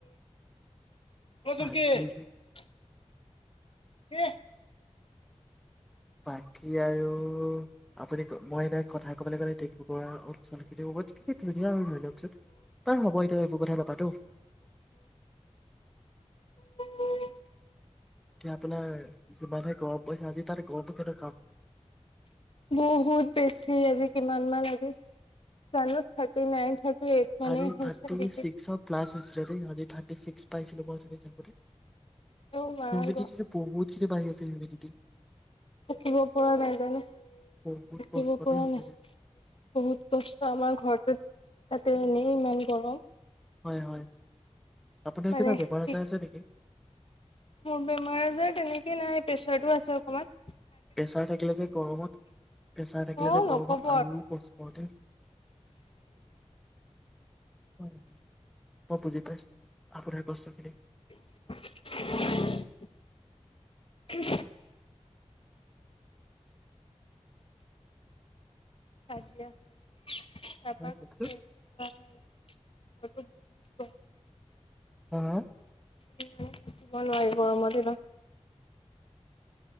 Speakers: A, on the left; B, in the centre.
A: কচক
B: বাকী
A: <unintelligible>
B: যে
A: উ <unintelligible>
B: বাকী এ আৰু আপুনি মই এাই কথা কবলৈ গ'লে ডু অচনখিন ধুনীয়া আৰু ধৰি লওকচোন বাৰ হব এতিয়া এইবোৰ কথা নাপাতো
A: অ <unintelligible>
B: এতিয়া আপোনাৰ যিমানহে গৰ পাইছে আজি তাৰ গহবোৰ কেনেকুৱাম
A: বহুত বেছি আজি কিমান মান আজি জানো থাৰটি নাইন এইট মানে
B: আজ
A: হৈছে
B: থাৰ্তি
A: ডিগ্ৰী
B: ছিক্স প্লাছ হৈছিলে দেই আজি থাৰ্তি ছিক্স পাইছিলো বন চতপতি
A: অ মা
B: পতি
A: গ
B: তেতিয়া পাবৈ কি বাহি আছে নিগেটিভ
A: থাকিব পৰা নাই জানো
B: বহুত
A: থাকিব
B: কষ্টতে
A: পৰা
B: সঁচাকে
A: নাই বহুত কষ্ট আমাৰ ঘৰটোত ততে এনেই মন কৰো
B: হয় হয় আপোনাৰ
A: মানে
B: কিবা বমহাৰ
A: কি
B: আচাৰ আছে নেকি
A: মোৰ বেমাৰ আজাৰ তেনেকে নাই প্ৰেচাৰটো আছে অকণমান
B: প্ৰেছাৰ থাকিলে যে গৰমত প্ৰেছাৰ থাকিলে
A: অ
B: যে
A: নকব
B: গৰমত আৰু কষ্টতে হয় অ পুজি আপোনাৰ কষ্ট খিনি
A: <unintelligible> খুশ খাইছিলে তাৰ
B: হয়
A: পৰা
B: কওকচোন।
A: উম কাৰণে অটো বহুত কম
B: হা হা
A: মান থাকিব নোৱাৰি গৰমৰ দিনত